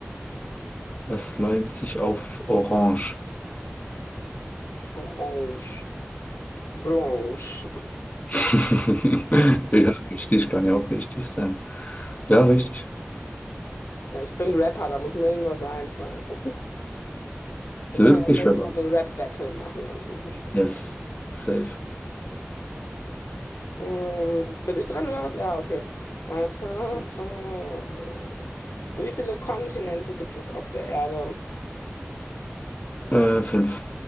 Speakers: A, on the left (about 35°); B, on the left (about 80°).
A: was läumt sich auf Orange?
B: Orange. Blanche.
A: <laughs> Ja, richtig, kann ja auch richtig sein. Ja, richtig.
B: Ja, ich bin Rapper, da muss mir irgendwas einfallen. Oh,
A: Ist
B: wir können
A: wirklich
B: ja das nächste
A: Rapper.
B: Mal so ein Rap-Battle machen. Nein, ich mache nur Spaß.
A: Yes, safe.
B: Mm, bin ich dran oder was? Ja, okay. Warte.
A: Yes.
B: Äh, wie viele Kontinente gibt es auf der Erde?
A: Äh, fünf.